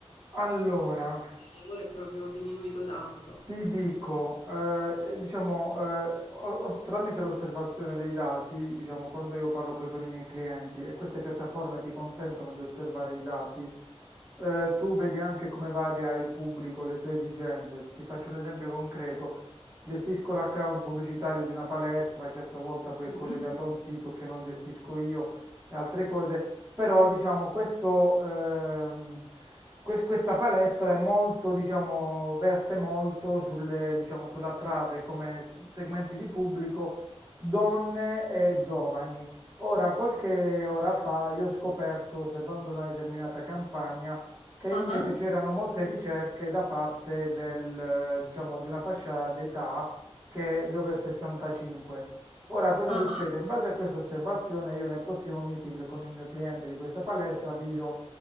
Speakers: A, on the right (about 25°); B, on the left (about 65°).
A: Allora,
B: il lavoro è proprio diminuito tanto.
A: ti dico, eh, diciamo, eh, o- o- tramite l'osservazione dei dati, diciamo, quando io parlo poi con i miei clienti e queste piattaforme ti consentono di osservare i dati, eh, tu vedi anche come varia il pubblico, le sue esigenze. Ti faccio un esempio concreto. Gestisco l'account pubblicitario di una palestra che a sua volta poi
B: Mhm.
A: è collegato a un sito che non gestisco io e altre cose. però diciamo questo, ehm, ques- questa palestra è molto, diciamo, verte molto sulle, diciamo, sull'attrarre come s- segmenti di pubblico donne e giovani. Ora, qualche ora fa io ho scoperto, osservando una determinata campagna, che invece
B: Ah,
A: c'erano molte ricerche da parte del, eh, diciamo, di una fascia d'età che è gli over 65. Ora, cosa
B: ah,
A: succede?
B: ah,
A: In base a questa osservazione, io nel prossimo meeting con il mio cliente di questa palestra gli dirò,